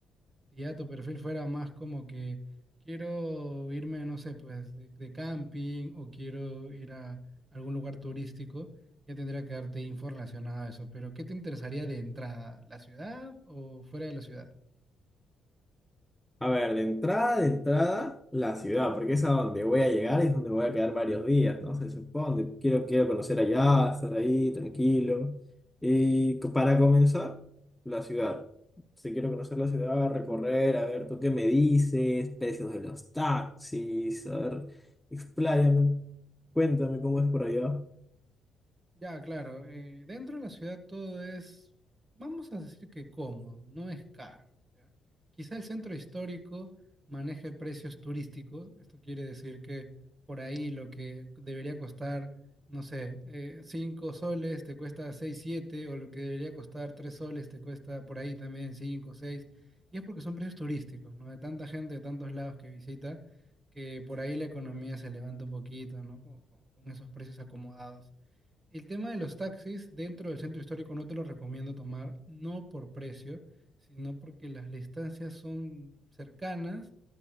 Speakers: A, on the right; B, in the centre.
A: si ya tu perfil fuera más como que quiero irme, no sé, pues de, de camping o quiero ir a algún lugar turístico, ya tendría que darte info relacionada a eso. Pero ¿qué te interesaría de entrada? ¿La ciudad o fuera de la ciudad?
B: A ver, de entrada, de entrada, la ciudad, porque es a donde voy a llegar y es donde voy a quedar varios días, ¿no? Se supone, quiero, quiero conocer allá, estar ahí, tranquilo. Y co- para comenzar, la ciudad. Si quiero conocer la ciudad, recorrer, a ver, tú qué me dices, precios de los taxis, a ver, expláyame, cuéntame cómo es por allá.
A: Ya, claro. eh, dentro de la ciudad todo es, vamos a decir que cómodo, no es caro, ¿ya? Quizá el centro histórico maneje precios turísticos. Esto quiere decir que por ahí lo que debería costar, no sé, eh, 5 soles te cuesta 6, 7 o lo que debería costar 3 soles te cuesta por ahí también 5, seis Y es porque son precios turísticos, ¿no? De tanta gente, de tantos lados que visita, que por ahí la economía se levanta un poquito, ¿no? con con- con esos precios acomodados. El tema de los taxis dentro del centro histórico no te lo recomiendo tomar, no por precio, sino porque las distancias son cercanas